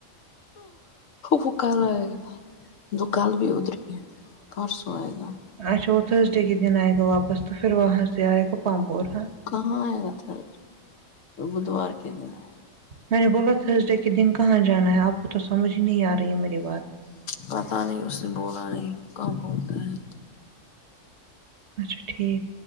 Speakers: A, on the left; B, on the right.
A: وہ کل آئے گا دو کال بھی ادھر کے پرسوں آئے گا
B: اچا وہ تھرس ڈے کے دن آئے گا واپس پھر وہاں سے آئے گو پامپور ہ
A: کہاں آئے گا تھر بدوار کے دنئے
B: میں نے بولا تھرسڈے کے دن کہاں جانا ہے آپ کو تو سمجھ ہی نہیں آ رہی ہے میری بات
A: پتاہ نہیں اس نے بولا نہیں کہاں بولتے ہیں
B: اچھا ٹھیک